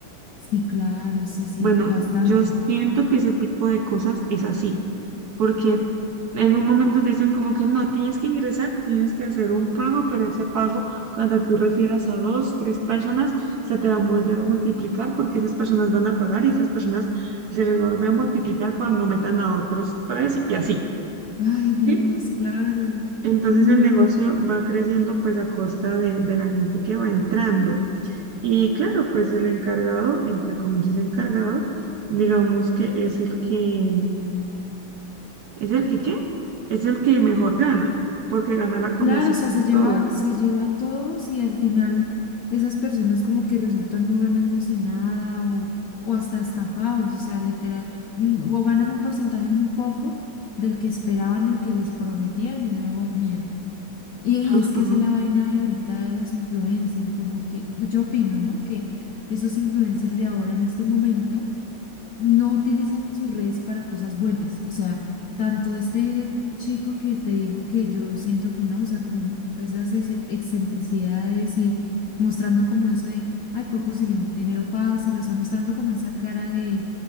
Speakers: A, on the left; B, on the right.
A: Sí, claro, sí, sí,
B: bueno,
A: bastante.
B: yo siento que ese tipo de cosas es así. porque en un momento te dicen como que no, tienes que ingresar, tienes que hacer un pago, pero ese pago, cuando tú refieras a dos, tres personas, se te va a volver a multiplicar porque esas personas van a pagar y esas personas se les va a volver a multiplicar cuando metan a otros tres y así,
A: Ay, Dios,
B: ¿sí?
A: claro.
B: Entonces
A: No,
B: el
A: no,
B: negocio
A: no.
B: va creciendo pues a costa de, de la gente que va entrando. Y claro, pues el encargado, entre comillas encargado, digamos que es el que Es el que, ¿qué? Es el que mejor gana, porque gana la comisión
A: Claro, o sea,
B: de
A: se
B: todos.
A: lleva, se lleva a todos y al final esas personas como que resultan no ganándose nada o, o hasta estafados, o sea, literal, mm, o ganan un porcentaje muy poco del que esperaban, el que les prometían y luego, mira. Y, y
B: Ajá.
A: es que esa es la vaina de ahorita de los influencers, como que pues, yo opino, ¿no? Que esos influencers de ahora en este momento no utilizan sus redes para cosas buenas. O sea, tanto de este chico que te digo que yo siento que no, o sea, como esas ex- excentricidades y mostrando como eso de, ay, puedo conseguir dinero fácil, o sea, mostrando como esa cara de,